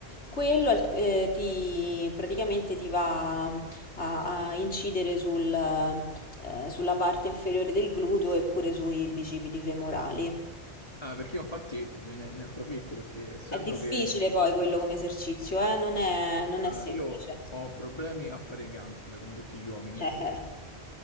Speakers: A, on the left; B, on the left.
A: Quello al- eh, ti, praticamente ti va a, a incidere sul, eh, sulla parte inferiore del gluteo e pure sui bicipiti femorali.
B: Ah, perché io infatti ne, ne approfitto perché essendo
A: È difficile
B: che
A: poi quello come esercizio, eh? Non è, non
B: allora,
A: è semplice.
B: io ho problemi a fare gambe come tutti gli uomini
A: Eh, eh.